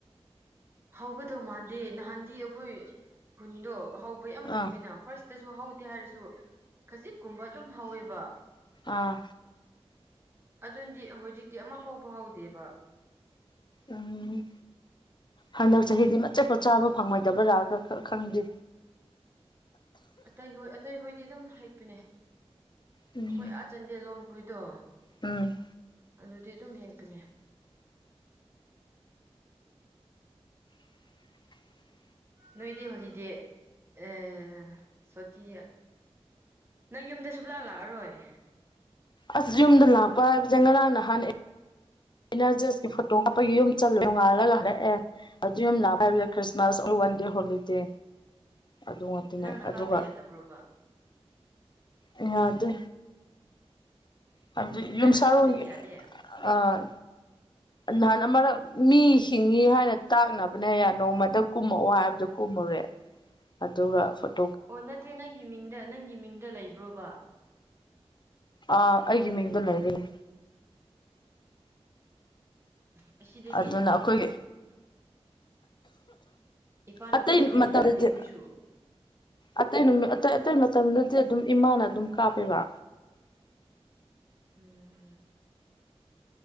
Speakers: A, on the right; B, on the left.
A: ꯍꯧꯒꯗꯧ ꯃꯥꯟꯗꯦ ꯅꯍꯥꯟꯗꯤ ꯑꯩꯈꯣꯏ ꯈꯨꯟꯗꯣ ꯍꯧꯕ ꯌꯥꯝ ꯊꯨꯏꯌꯦꯅ
B: ꯑꯥ
A: ꯐꯥꯔꯁ ꯇꯁꯨ ꯍꯧꯗꯦ ꯍꯥꯏꯔꯁꯨ ꯈꯖꯤꯛꯀꯨꯝꯕ ꯑꯗꯨꯝ ꯍꯧꯋꯦꯕ
B: ꯑꯥ
A: ꯑꯗꯨꯟꯗꯤ ꯍꯧꯖꯤꯛꯇꯤ ꯑꯃ ꯐꯥꯎꯕ ꯍꯧꯗꯦꯕ
B: ꯑꯝ ꯍꯟꯗꯛ ꯆꯍꯤꯗꯤ ꯃꯆꯦꯠꯄꯣ ꯆꯥꯕ ꯐꯪꯉꯣꯏꯗꯕꯔ ꯈ ꯈ ꯈꯪꯗ꯭ꯦ
A: ꯑꯇꯩ ꯍꯣꯏ ꯑꯇꯩꯍꯣꯏꯗꯤ ꯑꯗꯨꯝ ꯍꯩꯄꯅꯦ
B: ꯎꯝ
A: ꯑꯈꯣꯏ ꯑꯥ ꯆꯥꯟꯗꯦꯜꯂꯣꯝ ꯈꯣꯏꯗꯣ
B: ꯎꯝ
A: ꯑꯗꯨꯗꯤ ꯑꯗꯨꯝ ꯍꯦꯛꯀꯅꯤ
B: <inaudible>
A: ꯅꯣꯏꯗꯤ ꯍꯣꯂꯤꯗꯦ ꯑ ꯁꯣꯇꯤ ꯅꯪ ꯌꯨꯝꯗ ꯁꯨꯞꯂꯥ ꯂꯥꯛꯑꯔꯣꯏ
B: ꯑꯁ ꯌꯨꯝꯗ ꯂꯥꯛꯄ ꯍꯥꯏꯕꯖꯦ ꯉꯔꯥꯡ ꯅꯍꯥꯟ ꯑꯦ ꯑꯩꯅ ꯆꯔꯁꯀꯤ ꯐꯣꯇꯣ ꯀꯥꯞꯄꯒꯤ ꯌꯨꯝ ꯆꯜꯂ ꯅꯣꯡꯉꯥꯜꯂꯒ ꯍꯂꯛꯑꯦ ꯑꯗꯨꯌꯨꯝ ꯂꯥꯛꯄ ꯍꯥꯏꯕꯖꯦ ꯈ꯭ꯔꯤꯁꯃꯥꯁ ꯋꯥꯟꯗꯦ ꯍꯣꯂꯤꯗꯦ ꯑꯗꯨ ꯉꯥꯇꯅꯤ
A: ꯅꯪꯅ
B: ꯑꯗꯨꯒ
A: ꯀꯥꯞꯄ ꯌꯥꯗꯕ꯭ꯔꯣꯕ
B: ꯏꯉꯥꯗꯦ ꯍꯥꯏꯕꯗꯤ
A: ꯅꯪꯅ
B: ꯌꯨꯝꯁꯥꯔꯣꯟꯒꯤ
A: ꯀꯥꯞꯇ꯭ꯔꯗꯤ ꯌꯥꯗꯦ ꯑꯣ
B: ꯑ ꯅꯍꯥꯟ ꯑꯃꯔꯛ ꯃꯤ ꯍꯤꯡꯉꯤ ꯍꯥꯏꯅ ꯇꯥꯛꯅꯕꯅꯦ ꯌꯥ ꯅꯣꯡꯃꯗ ꯀꯨꯝꯃꯛꯑꯣ ꯍꯥꯏꯕꯗ ꯀꯨꯝꯃꯨꯔꯦ ꯑꯗꯨꯒ ꯐꯨꯠ
A: ꯑꯣ ꯅꯠꯇꯦ ꯅꯪꯒꯤ ꯃꯤꯡꯗ ꯅꯪꯒꯤ ꯃꯤꯡꯗ ꯂꯩꯕ꯭ꯔꯣꯕ
B: ꯑꯥ ꯑꯩꯒꯤ ꯃꯤꯡꯗ ꯂꯩꯕꯅꯤ
A: ꯎꯝ ꯑꯁꯤꯗꯗꯤ
B: ꯑꯗꯨꯅ ꯑꯈꯣꯏꯒꯤ
A: ꯏꯄꯥꯅ
B: ꯑꯇꯩ
A: ꯀꯥꯞꯇ꯭ꯔꯗꯤ
B: ꯃꯇꯝꯗꯤ
A: ꯌꯥꯗꯦ ꯑꯩꯈꯣꯏꯁꯨ
B: ꯑꯇꯩ ꯅꯨ ꯑꯇꯩ ꯑꯇꯩ ꯃꯇꯝꯗꯨꯗꯤ ꯑꯗꯨꯝ ꯏꯃꯥꯅ ꯑꯗꯨꯝ ꯀꯥꯞꯄꯦꯕ
A: ꯎꯝ